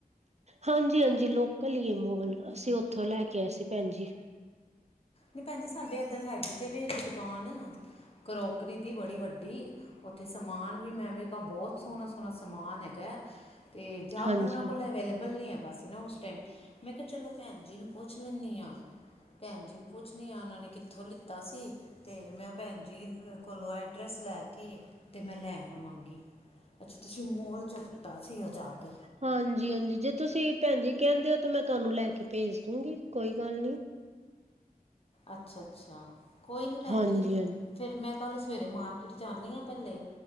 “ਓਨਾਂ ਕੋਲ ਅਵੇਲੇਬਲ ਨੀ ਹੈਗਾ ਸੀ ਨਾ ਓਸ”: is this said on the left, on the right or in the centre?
Left